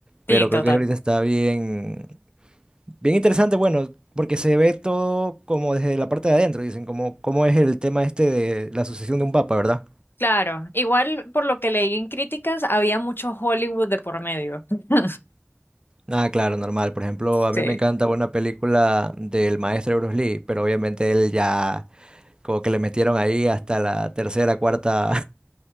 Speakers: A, on the left; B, on the right.
A: sí,
B: pero
A: total.
B: creo que ahorita está bien, bien interesante, bueno, porque se ve todo como desde la parte de adentro, dicen, como cómo es el tema este de la sucesión de un papa, ¿verdad?
A: Claro, igual por lo que leí en críticas, había mucho Hollywood de por medio. <laughs>
B: Ah, claro, normal. Por ejemplo, a
A: Sí,
B: mí me encanta una película del maestro Bruce Lee, pero obviamente él ya como que le metieron ahí hasta la tercera, cuarta